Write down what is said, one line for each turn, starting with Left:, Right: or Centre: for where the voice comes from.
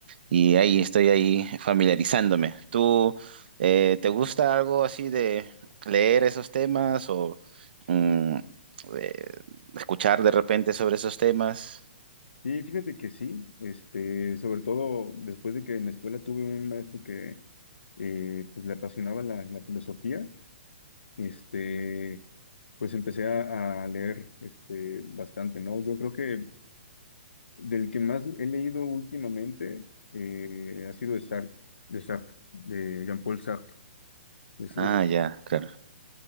Right: Y
Left: Ujú.
Right: ahí estoy ahí familiarizándome. ¿Tú eh, te gusta algo así de leer esos temas o mm, eh, escuchar de repente sobre esos temas?
Left: Sí, fíjate que sí, este, sobre todo después de que en la escuela tuve un maestro que eh, pues, le apasionaba la, la filosofía, este, pues empecé a, a leer este, bastante, ¿no? Yo creo que del que más he leído últimamente eh, ha sido de Sartre, de Sartre, de Jean-Paul Sartre. Eso
Right: Ah,
Left: es.
Right: ya, claro,